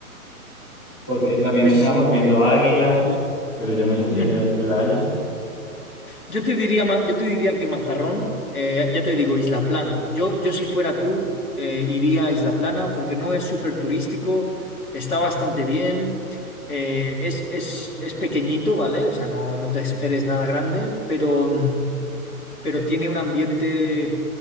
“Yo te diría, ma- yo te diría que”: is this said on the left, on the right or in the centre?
Left